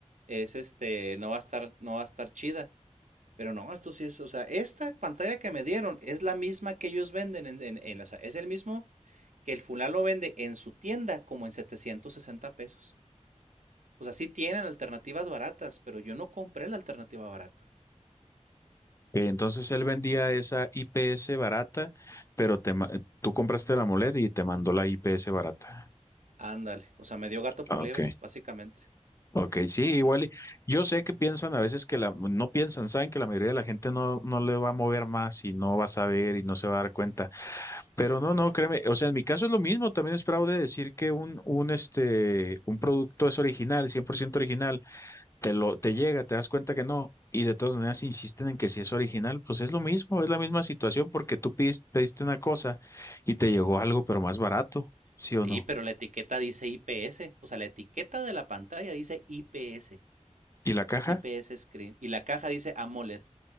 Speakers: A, on the right; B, on the left.
A: es este, no va a estar, no va a estar chida. Pero no, esto sí es, o sea, esta pantalla que me dieron es la misma que ellos venden, en, en- en la- o sea, es el mismo que el fulano lo vende en su tienda como en 760 pesos. O sea, sí tienen alternativas baratas, pero yo no compré la alternativa barata.
B: Ok, Entonces él vendía esa IPS barata, pero te, ma- tú compraste la AMOLED y te mandó la IPS barata.
A: Ándale, o sea, me dio gato
B: Ah,
A: por liebre,
B: Ok,
A: básicamente.
B: ok, sí, igual.
A: Es,
B: y- Yo sé que piensan a veces que la, no piensan, saben que la mayoría de la gente no, no le va a mover más y no va a saber y no se va a dar cuenta. Pero no, no, créeme, o sea, en mi caso es lo mismo, también es fraude decir que un, un, este, un producto es original, 100% original, te lo, te llega, te das cuenta que no, y de todas maneras insisten en que si es original, pues es lo mismo, es la misma situación porque tú pedis- pediste una cosa y te llegó algo, pero más barato, ¿sí
A: Sí,
B: o no?
A: pero la etiqueta dice IPS, o sea, la etiqueta de la pantalla dice IPS,
B: ¿Y la caja?
A: IPS Screen, y la caja dice AMOLED.